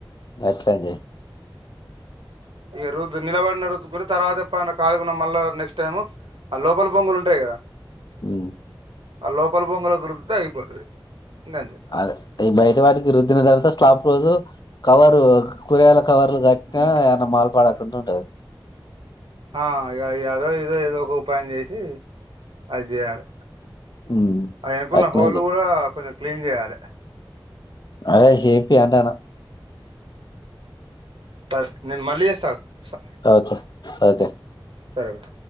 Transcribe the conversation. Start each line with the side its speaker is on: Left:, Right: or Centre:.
Left: దస్సాం జెయ్
Right: ఇగ రుద్ నిలబడినరు <inaudible> తర్వాత ఎప్పన ఖాలీగున్న మళ్ళా నెక్స్ట్ టైము ఆ లోపల బొంగులు ఉంటయి కదా
Left: ఉమ్,
Right: ఆ లోపల బొంగులకు రుద్దుతే అయిపోతది ఇంగంతే
Left: అద ఈ బయట వాటికి రుద్దిన తర్వాత స్లాబ్ రోజు కవరు కూరగాయల కవర్లు కట్టినా
Right: ఆ
Left: ఏ మాల్ పడక పంటుంటది
Right: ఆ ఇగ అదో ఇదో ఏదో ఒక ఉపాయం చేసి అది చేయాలె
Left: ఉమ్,
Right: అ ఎనకున్న
Left: అట్లనే
Right: హోలు
Left: చెయ్.
Right: కూడ కొంచెం క్లీన్ చేయాలె
Left: అదే హేపీ అంటనా
Right: స నేన్ మల్లిజెస్తా ఆ
Left: ఆకు అదే
Right: సరే ఉంట